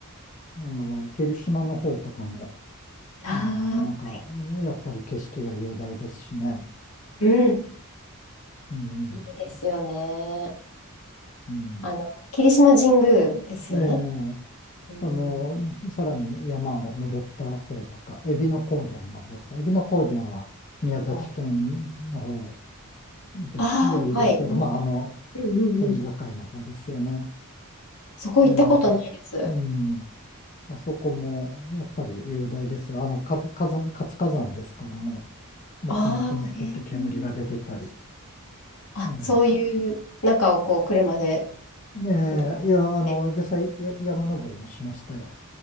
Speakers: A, on the left (about 35°); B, on the left (about 85°).
A: あの、霧島の方とかも、
B: ああ、
A: うん、なんか、
B: はい。
A: やっぱり景色が雄大ですしね。
B: うん。
A: うん。
B: いいですよね。
A: うん。
B: あの、霧島神宮ですよね。
A: ええ。
B: うん。
A: その、さらに山を登った方とか、海老野高原の方とか、海老野高原は宮崎県の方
B: お
A: です、
B: ああ、
A: よりですけど、
B: はい。も
A: まあ、あの、
B: うんうんうんうん。
A: 県境の方ですよね。
B: そこ行ったことないです。
A: ええ。うん。あそこも、やっぱり雄大ですよ。あの、活火山、活火山ですからね。もくもくもくって煙が出てたり。
B: ああ、へえ。あ、
A: ええ。
B: そういう中をこう車で
A: ええ、
B: ドライブ
A: いや、あの、
B: して。
A: 実際、や山登りもしましたよ。